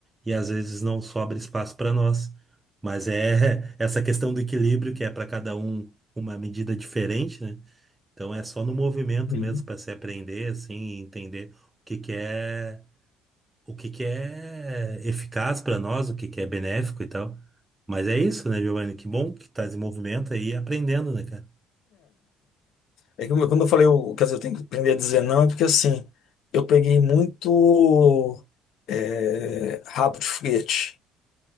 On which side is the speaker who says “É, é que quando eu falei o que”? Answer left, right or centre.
Left